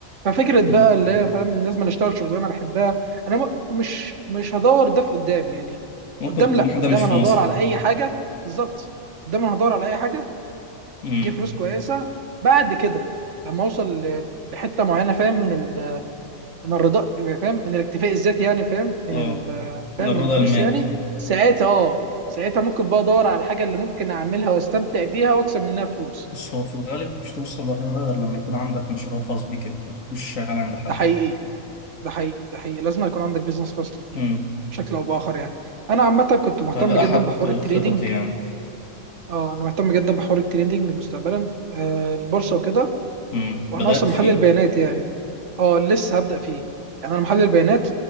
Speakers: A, on the right (about 65°); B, on the left (about 75°).
A: ففكره بقى
B: بالظبط.
A: اللي هي فاهم لازم أنا اشتغل شغلانه بحبها انا م- مش مش هدور ده في قدام يعني
B: ممكن
A: قدام
B: الطموح
A: لا قدام
B: ده مش في
A: انا
B: مصر
A: هدور على اي حاجه بالظبط قدام انا هدور على اي حاجه
B: امم
A: تجيب فلوس كويسه بعد كده لما اوصل ل- لحته معينه فاهم من من الرضا فاهم من الاكتفاء الذاتي يعني فاهم من
B: اه
A: ال... فاهم
B: الرضا
A: من الفلوس
B: المادي
A: يعني ساعتها اه ساعتها ممكن بقى ادور على الحاجه اللي ممكن اعملها واستمتع بيها واكسب منها فلوس
B: بس هو في الغالب مش توصل للرضا غير لما يكون عندك مشروع خاص بيك انت ما تكونش شغال عند حد
A: ده حقيقي ده حقيقي ده حقيقي لازم يكون عندك بيزنس خاص ليك
B: امم
A: بشكل او باخر يعني انا عامه كنت مهتم
B: هذا
A: جدا
B: أحد
A: بحوار التريدينج
B: خططي يعني
A: اه انا مهتم جدا بحوار التريدينج مستقبلا آه البورصه وكده
B: مم.
A: وانا
B: بدأت
A: اصلا
B: فيه
A: محلل بيانات يعني اه لسه هبدأ فيه يعني انا محلل بيانات